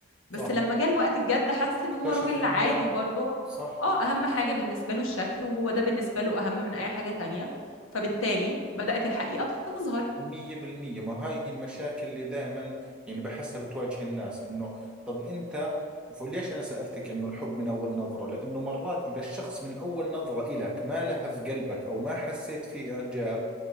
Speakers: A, on the left; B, in the centre.
A: بس
B: صح
A: لما جه الوقت الجد حس ان
B: اكتشف
A: هو راجل
B: انه
A: عادي
B: لا
A: برضه
B: صح
A: اه اهم حاجة بالنسبة له الشكل وهو ده بالنسبة له اهم من اي حاجة تانية فبالتالي بدأت الحقيقة تظهر
B: مية بالمية ما هاي هي المشاكل اللي دائما يعني بحسها بتواجه الناس انه طب انت وليش انا سألتك انه الحب من اول نظرة لانه مرات اذا الشخص من اول نظرة الك ما لهف قلبك او ما حسيت فيه اعجاب